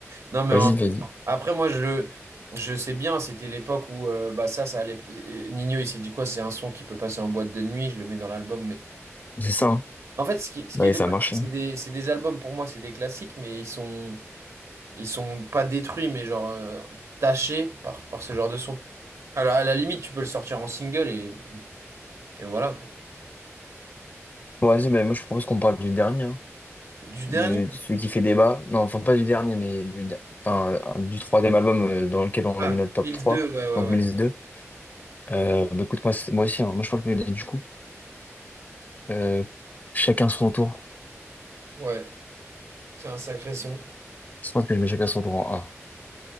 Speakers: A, on the right; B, on the left.
A: Non mais
B: Vas-y,
A: en-
B: vas-y.
A: après moi je je sais bien, c'était l'époque où euh, bah ça ça allait euh, Ninho il s'est dit quoi, c'est un son qui peut passer en boîte de nuit, je le mets dans l'album mais
B: C'est ça. hein.
A: en fait ce qui, ce
B: Bah,
A: qui est
B: et
A: dommage
B: ça a marché.
A: c'est que c'est des c'est des albums pour moi, c'est des classiques mais ils sont ils sont pas détruits mais genre euh, tachés par par ce genre de son. Alors à la limite, tu peux le sortir en single et et, et voilà quoi.
B: Bon, vas-y, mais moi je propose qu'on parle du dernier. hein.
A: Du
B: De,
A: dernier
B: de celui qui fait débat. Non, enfin pas du dernier, mais du, da- enfin, euh, du troisième album euh, dans lequel on
A: Ah,
B: a mis notre top
A: Bills
B: 3
A: 2, ouais, ouais,
B: donc Milice
A: ouais.
B: deux Euh, bah, écoute, moi, c'est- moi aussi, hein. Moi je parle que du coup. Euh, chacun son tour.
A: Ouais, c'est un sacré son.
B: Je pense que je mets chacun son tour en un